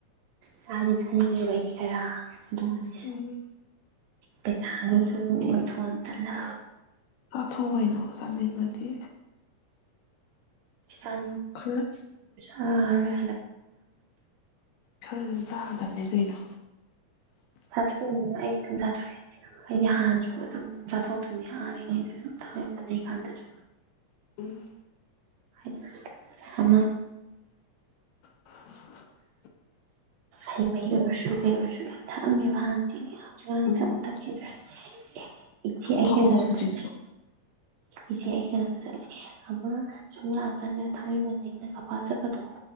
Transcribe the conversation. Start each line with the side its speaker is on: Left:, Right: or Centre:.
Right: ꯆꯥꯗꯤ ꯆꯥꯅꯤꯡꯉꯦꯕ ꯑꯩꯗꯤ ꯈꯔ ꯑꯗꯨꯒꯅꯤ
Left: ꯎꯝ
Right: ꯄꯩꯊꯥ ꯑꯗꯨꯁꯨ ꯅꯤꯡꯊꯨꯑꯇꯂ
Left: ꯊꯣꯛ ꯀꯩꯅꯣ ꯆꯥꯅꯤꯡꯉꯗꯤ
Right: ꯁꯔ
Left: ꯈꯔ
Right: ꯍ ꯐꯗꯨꯖꯥꯅ
Left: ꯈꯔꯁꯨ ꯆꯥꯒꯗꯕꯅꯤ ꯀꯩꯅꯣ
Right: ꯆꯅꯦ ꯑꯩꯝ ꯆ ꯑꯩꯗꯤ ꯍꯥꯟꯁꯨ ꯑꯗꯨꯝ ꯑꯗꯨꯝ ꯆꯠꯊꯣꯛꯁꯨꯅꯤ ꯑꯥꯟꯅꯅꯦ ꯑꯩꯅ ꯁ ꯂꯩ ꯀꯥꯟꯗ ꯁꯨꯝ
Left: ꯎꯝ
Right: ꯍꯥꯏ ꯀꯃ
Left: <inaudible>
Right: ꯍꯉꯩ ꯑꯣꯏꯔꯁꯨ ꯀꯩ ꯑꯣꯏꯔꯁꯨ ꯌꯥꯝ ꯊꯛꯑꯝꯃꯦꯕ ꯍꯥꯟꯅꯗꯤ ꯌꯥꯝꯀꯥꯟꯗꯤ
Left: ꯎꯝ
Right: ꯊꯃ ꯊꯛꯈꯤꯗ꯭ꯔꯦ ꯑꯦ ꯏꯆꯦ ꯑꯩ
Left: ꯊꯛꯑꯣ
Right: ꯀꯩꯅ
Left: ꯍꯧꯖꯤꯛꯁꯨ
Right: ꯆꯠꯅꯩ ꯏꯆꯦ ꯑꯩ ꯀꯩꯅꯣꯗ ꯆꯠꯂꯦ ꯑꯃꯃ ꯁꯨꯝ ꯂꯥꯛꯑꯀꯥꯟꯗ ꯊꯥꯡꯃꯩꯕꯟꯗꯒꯤꯩꯅ ꯀꯄꯥꯜ ꯆꯠꯄꯗꯣ